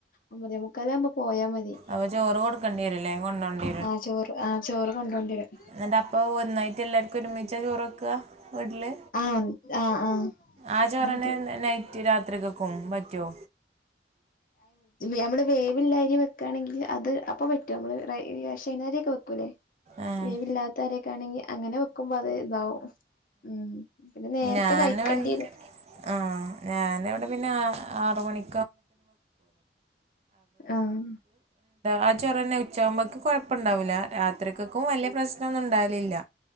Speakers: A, on the left; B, on the right.
A: ഒമ്പതേമുക്കാലാവുമ്പോ പോയാ മതി
B: അപ്പൊ ചോറ് കൊടുക്കേണ്ടി വരൂല്ലേ കൊണ്ടോണ്ടി
A: ആ ചോറ് ആ ചോറ് കൊണ്ടോണ്ടിവരും
B: എന്നിട്ട അപ്പോൾ ഒന്നായിട്ട് എല്ലാവർക്കും ഒരുമിച്ചാ ചോറ് വെ ക്ക വീട്ടില്
A: ആഹ് ആഹ് ആഹ്
B: ആ ചോറന്നെ
A: നന്നായിട്ട്
B: നൈ റ്റ് രാത്രികക്കും പറ്റോ
A: നമ്മള് വേവിളള അരി വെക്കയാണെങ്കിൽ അത് അപ്പൊ പറ്റും നമ്മള് വൈനാരൊക്കെ വെക്കൂല്ലേ
B: ഏഹ്
A: വേവില്ലാത്തരിയൊക്കെ ആണെങ്കിൽ അങ്ങനെ വെക്കുമ്പോ അത് ഇതാവും ഉം പിന്നെ നേരത്തെ
B: ഞാന്
A: കഴിക്കണ്ടിരും
B: ആ ഞാൻ ഇവിടെ പിന്നെ ആറുമണിയൊ
A: ആഹ്
B: ആ ചോറ് തന്നെ ഉച്ചായാകുമ്പോഴേക്കും കുഴപ്പണ്ടാവില്ല രാത്രിയിലേക്കും വലിയ പ്രശ്നമൊന്നും ഉണ്ടാവലില്ല